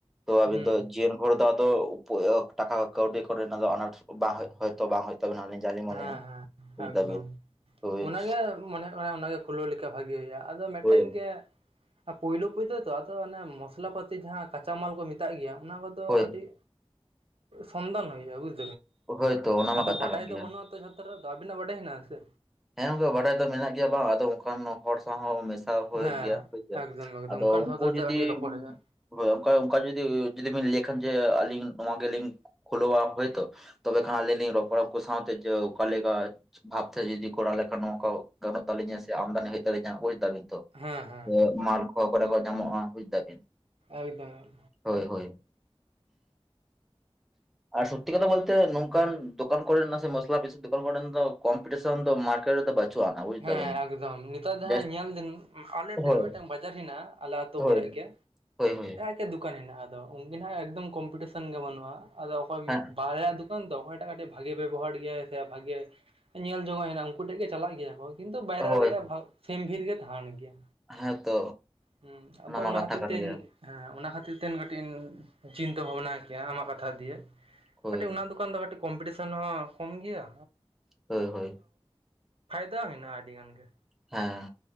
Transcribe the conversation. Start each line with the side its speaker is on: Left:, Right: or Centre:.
Centre: ᱛᱚ ᱟᱵᱤᱱ
Right: ᱦᱩᱸ
Centre: ᱫᱚ ᱡᱤᱭᱚᱱ ᱵᱷᱳᱨ ᱫᱚ ᱟᱫᱚ <unintelligible> ᱴᱟᱠᱟ ᱠᱟᱹᱣᱰᱤ ᱠᱚᱨᱮᱱᱟᱜ ᱫᱚ ᱟᱱᱟᱴ ᱵᱟᱝ ᱦᱳᱭᱳᱜ ᱦᱳᱭ ᱛᱚ ᱵᱟᱝ ᱦᱩᱭᱩᱜ ᱛᱟᱵᱤᱱᱟ ᱟᱱᱤᱡ᱾ ᱡᱟ ᱞᱤᱧ ᱢᱚᱱᱮᱭᱟ
Right: ᱦᱮᱸ ᱦᱮᱸ
Centre: ᱵᱩᱡ
Right: ᱮᱠᱫᱚᱢ
Centre: ᱫᱟᱵᱤᱱ? ᱦᱳᱭ
Right: ᱚᱱᱟᱜᱮ ᱢᱟᱱᱮ ᱚᱱᱮ ᱚᱱᱟᱜᱮ ᱠᱷᱩᱞᱟᱹᱣ ᱞᱮᱠᱟ ᱵᱷᱟᱜᱮ ᱦᱩᱭᱩᱜᱼᱟ ᱟᱫᱚ ᱢᱮᱫᱴᱮᱱ
Centre: ᱦᱳᱭ
Right: ᱜᱮ ᱯᱳᱭᱞᱳ ᱯᱳᱭᱞᱳ ᱛᱚ ᱟᱫᱚ ᱢᱚᱥᱞᱟ ᱯᱟᱟᱹᱛᱤ ᱡᱟᱸᱦᱟ ᱪᱟᱢᱟᱞ ᱠᱚ ᱢᱮᱛᱟᱜ ᱜᱮᱭᱟ ᱚᱱᱟ ᱠᱚᱫᱚ
Centre: ᱦᱳᱭ
Right: ᱠᱟᱴᱤᱡ ᱥᱚᱱᱫᱚᱱᱚ ᱦᱩᱭᱩᱜᱼᱟ ᱵᱩᱡᱽ
Centre: ᱦᱳᱭᱛᱚ ᱚᱱᱟ ᱢᱟ
Right: ᱟᱫᱚ
Centre: ᱠᱟᱛᱷᱟ
Right: ᱵᱟᱰᱟᱭ
Centre: ᱠᱟᱱ ᱜᱮᱭᱟ
Right: ᱫᱚ ᱵᱟᱹᱱᱩᱜ ᱟᱛᱚ ᱡᱷᱚᱛᱚ ᱨᱮ ᱫᱚ ᱟᱵᱤᱱᱟᱜ ᱵᱟᱰᱟᱭ ᱦᱮᱱᱟᱜ ᱟ ᱥᱮ
Centre: ᱦᱮᱸ ᱜᱚᱝᱠᱮ ᱵᱟᱰᱟᱭ ᱫᱚ ᱢᱮᱱᱟᱜ ᱜᱮᱭᱟ ᱵᱟᱝ ᱟᱫᱚ ᱚᱱᱠᱟᱱ ᱦᱚᱲ ᱥᱟᱶ ᱦᱚᱸ ᱢᱮᱥᱟ ᱦᱩᱭᱩᱜ
Right: ᱦᱮᱸ
Centre: ᱜᱮᱭᱟ ᱦᱭᱥᱮ
Right: ᱮᱠᱫᱚᱢ ᱮᱠᱫᱚᱢ
Centre: ᱟᱫᱚ
Right: ᱚᱱᱠᱟᱱ
Centre: ᱩᱱᱠᱩ
Right: ᱦᱚᱲ ᱥᱟᱛᱮ
Centre: ᱡᱩᱫᱤ
Right: ᱠᱟᱹᱴᱤᱡ ᱨᱚᱯᱚᱲ ᱦᱩᱭᱩᱜᱼᱟ
Centre: ᱦᱳᱭ ᱚᱠᱟ ᱚᱠᱟ ᱡᱩᱫᱤ ᱡᱩᱫᱤ ᱵᱤᱱ ᱞᱟᱹᱭ ᱠᱷᱟᱱ ᱡᱮ ᱟᱹᱞᱤᱧ ᱱᱚᱣᱟ ᱜᱮᱞᱤᱧ ᱠᱷᱩᱞᱚᱣᱟ ᱦᱚᱭᱛᱚ ᱛᱚᱵᱮ ᱠᱷᱟᱱ ᱟᱹᱞᱤᱧ ᱞᱤᱧ ᱨᱚᱯᱚᱲ ᱩᱱᱠᱩ ᱠᱚ ᱥᱟᱶ ᱛᱮ ᱡᱮ ᱚᱠᱟᱞ ᱞᱮᱠᱟ ᱵᱷᱵᱛᱮ ᱡᱩᱫᱤ ᱠᱚᱨᱟᱣ ᱞᱮᱠᱷᱟᱱ ᱱᱚᱣᱟ ᱠᱚ ᱜᱟᱱᱚᱜ ᱛᱟᱹᱟᱞᱤᱧᱟ ᱥᱮ ᱟᱢᱫᱟᱱᱤ ᱦᱩᱭᱩᱜ ᱛᱟᱹᱞᱤᱧᱟ ᱵᱩᱡ ᱫᱟᱵᱤᱱ ᱛᱚᱞᱟᱥ
Right: ᱦᱮᱸ ᱦᱮᱸ
Centre: ᱠᱚ ᱚᱠᱟ ᱨᱮ ᱠᱚ ᱧᱟᱢᱚᱜᱼᱟ ᱵᱩᱡᱽ ᱫᱟ ᱵᱤᱱ
Right: ᱮᱠᱫᱚᱢ ᱜᱮ
Centre: ᱦᱳᱭ ᱦᱳᱭ ᱟᱨ ᱥᱚᱛᱛᱤ ᱠᱟᱛᱷᱟ ᱵᱚᱞᱛᱮ ᱱᱚᱝᱠᱟᱱ ᱫᱚᱠᱟᱱ ᱠᱚᱨᱮ ᱥᱮ ᱢᱚᱥᱞᱟ ᱯᱤᱥ ᱫᱚᱠᱟᱱ ᱠᱚᱨᱮᱱᱟᱜ ᱫᱚ ᱠᱚᱢᱯᱤᱴᱤᱥᱚᱱ ᱫᱚ ᱢᱟᱨᱠᱮᱴ ᱨᱮ ᱫᱚ ᱵᱟᱪᱩᱜᱼᱟ ᱟᱱᱟ ᱵᱩᱡ
Right: ᱦᱮᱸ
Centre: ᱫᱟᱵᱤᱱ
Right: ᱮᱠᱫᱚᱢ ᱱᱤᱛᱚᱜ ᱫᱚ
Centre: ᱡᱟᱥ
Right: ᱡᱟᱸᱦᱟ ᱧᱮᱞ ᱫᱤᱧ ᱟᱞᱮ ᱥᱮᱫ
Centre: ᱦᱳᱭ
Right: ᱢᱤᱫᱴᱟᱝ ᱵᱟᱡᱟᱨ ᱦᱮᱱᱟᱜ ᱟᱞᱮ ᱟ ᱟᱹᱛᱩ
Centre: ᱦᱳᱭ
Right: ᱠᱚᱨᱮᱜ ᱜᱮ
Centre: ᱦᱳᱭ ᱦᱳᱭ
Right: ᱪᱮᱫ ᱫᱩᱠᱟᱱ ᱦᱮᱱᱟᱜᱼᱟ ᱟᱫᱚ ᱩᱱᱠᱤᱱ ᱮᱠᱫᱚᱢ ᱠᱚᱢᱯᱤᱴᱤᱥᱮᱱ ᱜᱮ ᱵᱟᱹᱱᱩᱜᱼᱟ ᱟᱫᱚ ᱚᱠᱚᱭ
Centre: ᱦᱮᱸ
Right: ᱵᱟᱨᱭᱟ ᱫᱚᱠᱟᱱ ᱵᱟᱝ ᱫᱚ ᱚᱠᱚᱭᱴᱟᱜ ᱠᱟᱹᱴᱤᱡ ᱵᱷᱟᱜᱮ ᱵᱮᱵᱚᱦᱟᱨ ᱜᱮᱭᱟᱭ ᱥᱮ ᱵᱷᱟᱜᱮ ᱧᱮᱞ ᱡᱚᱝᱚᱜ ᱦᱮᱱᱟᱜ ᱩᱱᱠᱩ ᱴᱷᱮᱱ ᱜᱮ ᱪᱟᱞᱟᱜ ᱜᱮᱭᱟ ᱠᱚ ᱠᱤᱱᱛᱩ ᱵᱟᱭᱨᱟᱜ
Centre: ᱦᱳᱭ
Right: ᱨᱮᱭᱟᱜ ᱥᱮᱢ ᱵᱷᱤᱨ ᱜᱮ ᱛᱟᱸᱦᱮᱱ ᱜᱮᱭᱟ
Centre: ᱦᱮᱸᱛᱚ
Right: ᱦᱩᱸ ᱟᱫᱚ
Centre: ᱢᱟ
Right: ᱚᱱᱟ
Centre: ᱠᱟᱛᱷᱟ
Right: ᱠᱷᱟᱹᱛᱤᱨ
Centre: ᱠᱟᱱ
Right: ᱛᱮ ᱦᱮᱸ
Centre: ᱜᱮᱭᱟ
Right: ᱚᱱᱟ ᱠᱷᱟᱹᱛᱤᱨ ᱛᱮ ᱠᱟᱹᱴᱤᱡ ᱤᱧ ᱪᱤᱱᱛᱟᱹ ᱵᱷᱟᱵᱽᱱᱟᱭ ᱠᱮᱭᱟ ᱟᱢᱟᱜ ᱠᱟᱛᱷᱟ ᱫᱤᱭᱮ
Centre: ᱦᱳᱭ
Right: ᱠᱟᱹᱴᱤᱡ ᱚᱱᱟ ᱫᱚ ᱦᱩᱭᱩᱜ ᱠᱟᱱ ᱫᱚ ᱠᱟᱹᱴᱤᱡ ᱠᱚᱢᱯᱤᱴᱤᱥᱮᱱ ᱦᱚᱸ ᱠᱚᱢ ᱜᱮᱭᱟ
Centre: ᱦᱳᱭ ᱦᱳᱭ
Right: ᱛᱟᱝ ᱟᱹᱰᱤ ᱜᱟᱱ ᱜᱮ
Centre: ᱦᱮᱸ